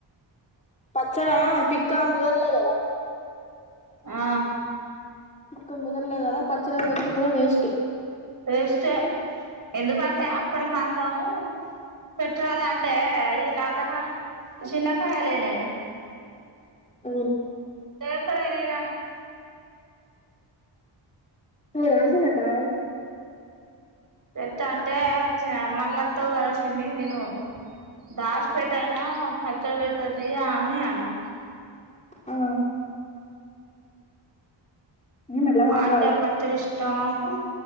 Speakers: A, on the left (about 15°); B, on the right (about 45°).
A: పచ్చడా పిక్కా ముదర్లే గదా
B: ఆ
A: ఇక్క ముదల్గాదా పచ్చర పెట్టి కూడాడా వస్ట్
B: వేస్ట్ ఎందుకంటే అప్పుడ మందం పెట్టరాాల అంటే ఈ తకాయ చిన్నకాయలునే
A: అవు
B: దయక్కడయినారా
A: మీ రాస కా
B: ప్ర అంటే వచ్చిన మళ్ళా వస్తావు కదా చిడి నేను దాచి పెట్ట అయినా పచ్చడి పెడతుది అని అన్నా
A: ఆ నేను మెల్లగా
B: మాడికాయ్
A: పెట్టాలి
B: పచ్చడి ఇష్ టాకు